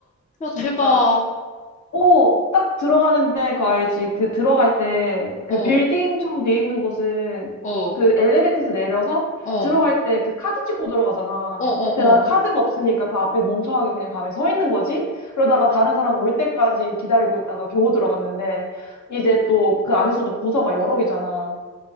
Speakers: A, on the left (about 25°); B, on the left (about 70°).
A: 야,
B: 진짜.
A: 대박.
B: 오, 딱 들어가는데 그거 알지? 그 들어갈 때 그
A: 어, 어,
B: 빌딩처럼 돼 있는 곳은
A: 어,
B: 그 엘리베이터에서 내려서
A: 어,
B: 들어갈 때 그 카드 찍고 들어가잖아.
A: 어,
B: 근데
A: 어.
B: 난 카드가 없으니까 그 앞에 멍청하게 그냥 가만히 서 있는 거지? 그러다가 다른 사람 올 때까지 기다리고 있다가 겨우 들어갔는데 이제 또 그 안에서도 부서가 여러 개잖아.